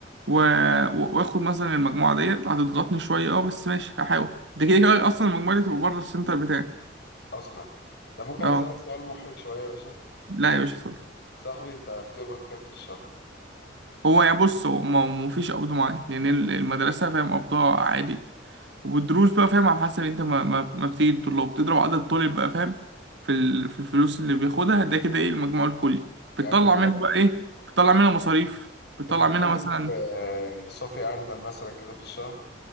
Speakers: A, on the right; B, on the left.
A: و... و- واخد مثلا المجموعه ديت هتضغطني شويه اه بس ماشي هحاول ده كده كده اصلا المجموعه دي تبقى بره السنتر بتاعي
B: اصلا انت ممكن اسالك
A: اه
B: سؤال محرج شويه يا باشا
A: لا يا باشا اتفضل
B: صاحبي انت بتقبض كام في الشهر
A: هو يا بص هو ما ما فيش قبض معين يعني ال- المدرسه فاهم قبضها عادي والدروس بقى فاهم على حسب انت ما, ما, ما بتيجي الطلاب بتضرب عدد الطالب بقى فاهم في ال... في الفلوس اللي بياخدها ده كده ايه المجموع الكلي
B: يعني
A: بتطلع منها بقى ايه بتطلع منها مصاريف بتطلع
B: بنتكلم
A: منها مثلا
B: في آه، صافي أرنب مثلا كده في الشهر